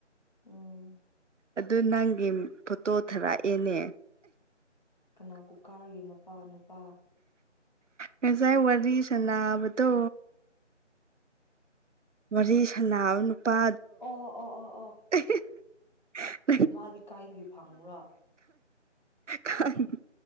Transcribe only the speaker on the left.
ꯎꯝ
ꯀꯅꯥ ꯀꯨꯀꯥ꯭ꯔꯒꯤ ꯅꯨꯄꯥ ꯅꯨꯄꯥ
ꯑꯣ ꯑꯣ ꯑꯣ ꯑꯣ
ꯃꯥꯗꯤ ꯀꯥꯏꯗꯒꯤ ꯐꯪꯉ꯭ꯔꯣ